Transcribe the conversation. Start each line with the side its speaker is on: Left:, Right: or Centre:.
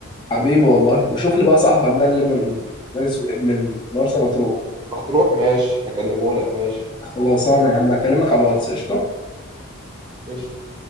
Left: حبيبي والله وشوف لي بقى صاحبك ده اللي من مارس من مرسى مطروح
Right: لما تروح ماشي هكلمه لك ماشي
Left: خلاص انا يا عم اكلمك على الواتس قشطه
Right: قشطة.